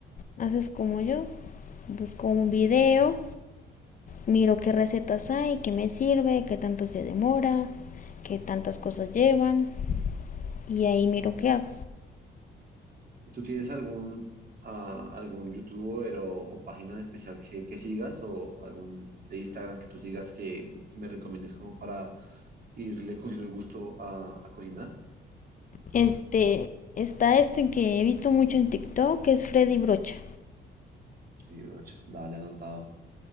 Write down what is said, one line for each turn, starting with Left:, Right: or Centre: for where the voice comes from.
Left: haces como yo, busco un video, miro qué recetas hay, qué me sirve, qué tanto se demora que tantas cosas llevan y ahí miro qué hago.
Right: ¿Y tú tienes algún, ah, algún youtuber o, o página en especial que, que sigas o algún de Instagram que tú sigas que, que me recomiendes como para irle cogiendo el gusto a, a cocinar?
Left: Este, está este que he visto mucho en TikTok, que es Freddy Brocha.
Right: Sí, brocha, dale anotado.